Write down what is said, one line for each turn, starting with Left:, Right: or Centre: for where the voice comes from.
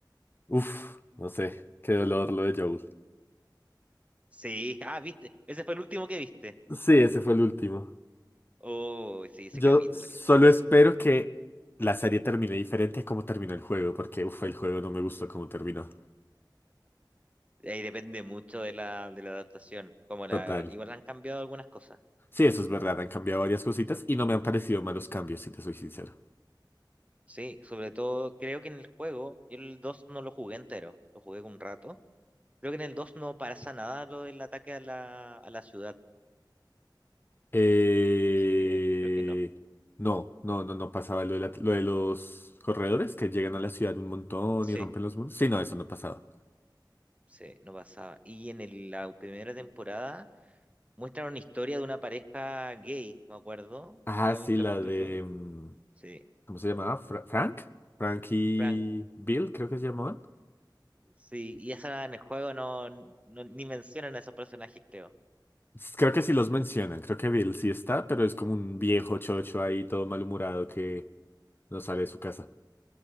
Left: uff, no sé, qué dolor lo de Joel.
Right: Sí, <laughs> ah, viste, ese fue el último que viste.
Left: Sí, ese fue el último.
Right: Oh, sí, ese
Left: Yo
Right: capítulo
Left: solo
Right: que es bueno.
Left: espero que la serie termine diferente a cómo terminó el juego, porque uff, el juego no me gustó cómo terminó.
Right: Ahí depende mucho de la, de la adaptación, cómo la
Left: Total.
Right: hagan. Igual han cambiado algunas cosas.
Left: Sí, eso es verdad, han cambiado varias cositas y no me han parecido malos cambios, si te soy sincero.
Right: Sí, sobre todo creo que en el juego, yo el 2 no lo jugué entero, lo jugué un rato. Creo que en el 2 no pasa nada lo del ataque a la, a la ciudad,
Left: Eh...
Right: así que creo que no.
Left: No, no, no, no pasaba lo de, la- lo de los corredores que llegan a la ciudad un montón
Right: Sí,
Left: y rompen los muros. Sí, no, eso no pasaba.
Right: sí, no pasaba. Y en el- la primera temporada muestran una historia de una pareja gay, me acuerdo,
Left: Ah,
Right: o
Left: sí,
Right: un capítulo,
Left: la de... mm,
Right: sí,
Left: ¿Cómo se llamaba? Fra- Frank. Frank y
Right: Frank,
Left: Bill, creo que se llamaban.
Right: sí, y esa en el juego no, no- ni mencionan a esos personajes, creo.
Left: S- Creo que sí los mencionan. Creo que Bill sí está, pero es como un viejo chocho ahí, todo malhumorado que no sale de su casa.